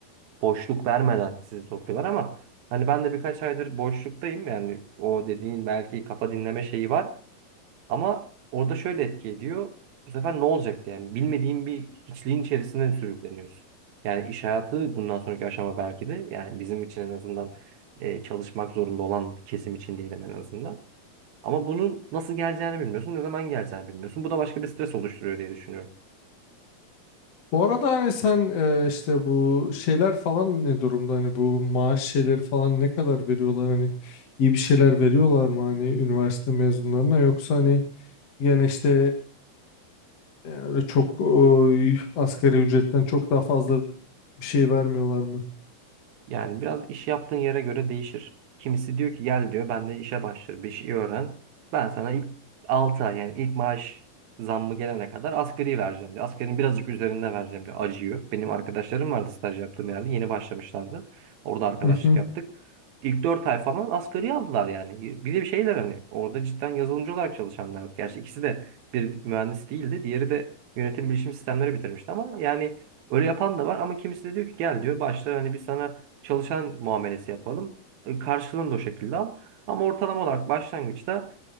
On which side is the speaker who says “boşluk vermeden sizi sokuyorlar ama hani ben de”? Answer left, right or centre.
Right